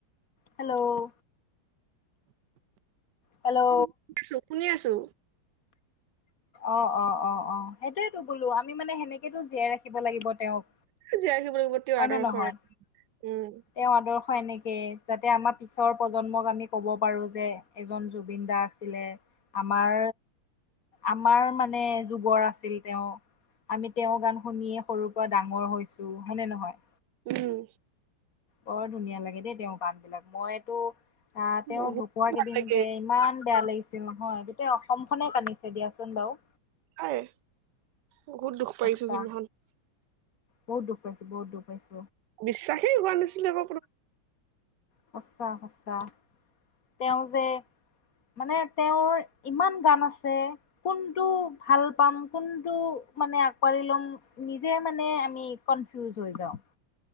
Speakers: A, on the left; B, on the right.
A: হেল্ল' হেল্ল'
B: অ' অ' ম আছো শুনি আছো
A: অ - অ -অ -অ সেইটয়ো বোলো আমি মানে সেনেকেতো জীয়াই ৰাখিব লাগিব তেওঁক
B: জীয়াই ৰাখিব লাগিব তেওঁৰ
A: হয়
B: আদৰ্শৰ
A: ন নহয়?
B: উম
A: তেওঁ আদৰ্শ এনেকে যাতে আমাৰ পিছৰ প্ৰজন্মক আমি ক'ব পাৰো যে এজন জুবিন দা আছিলে আমাৰ আমাৰ মানে যুগৰ আছিল তেওঁ আমি তেওঁ গান শুনিয়ে সৰুৰ পৰা ডাঙৰ হৈছো হয়নে নহয়?
B: উম।
A: বৰ ধুনীয়া লাগে দেই তেওঁ গান বিলাক মইতো আহ তেওঁ
B: বহুত
A: ঢুকুৱা
B: ভাল
A: কেইদিন
B: লাগে
A: যে ইমান বেয়া লাগিছিল নহয় গোটেই অসম খনে আ্নিছে দিয়াচোন বাৰু।
B: হয়। বহুত দুখ পাইছু
A: সঁচা
B: কিন্তু
A: বহুত দুখ পাইছোঁ বহুত দুখ পাইছোঁ।
B: বিশ্বাসেই হোৱা নাছিলে ব
A: সঁচা সঁচা তেওঁ যে মানে তেওঁৰ ইমান গান আছে কোনটো ভাল পাম কোনটো মানে আঁকোৱালি ল'ম নিজে মানে আমি কনফিউজ হৈ যাওঁ।